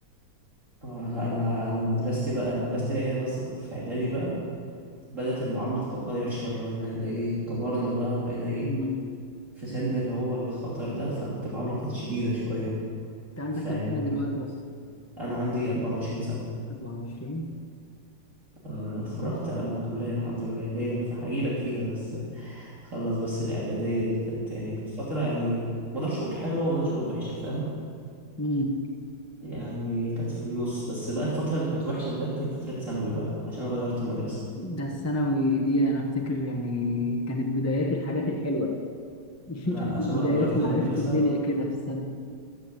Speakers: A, on the right; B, on the left.
A: اه لا انا انا مدرستي بقى انا مدرستي هي هي بس كانت في اعدادي بقى بدأت المعاملة تتغير شوية بقى ان احنا ايه كبرنا بقى بقينا ايه
B: مم.
A: في سن اللي هو الخطر ده فكانت المعاملة كانت شديدة شوية
B: انت عندك
A: فيعني
B: كام سنه دلوقتي اصلا
A: انا عندي 24 سنة
B: 24
A: اه انا اتخرجت انا من الكلية الحمد لله جاي لك في هجيلك فيها بس خلص بس الاعدادية دي كانت يعني كانت فترة يعني ما اقدرش اقول حلوة وما اقدرش اقول وحشة فاهم
B: مم.
A: يعني كانت في النص بس بقى الفترة اللي كانت وحشة بجد هي فترة ثانوي بقى عشان أنا غيرت المدرسة
B: ده الثانوي دي انا افتكر يعني كانت بدايات الحاجات الحلوه <laughs>
A: لا
B: كانت
A: عشان
B: بدايات
A: انا غيرت
B: معرفه
A: المدرسة
B: الدنيا كده في السنه